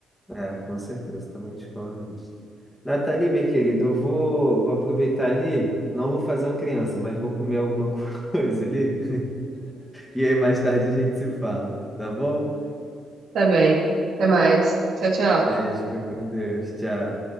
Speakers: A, in the centre; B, on the right.
A: é, com certeza, também discordo disso. Nathalie, minha querida, eu vou, vou aproveitar ali. Não vou fazer uma criança, mas vou comer alguma <laughs> coisa ali. E aí, mais tarde a gente se fala, tá bom?
B: Tá bem. Até mais. Tchau, tchau.
A: Beijo, fica com Deus. Tchau.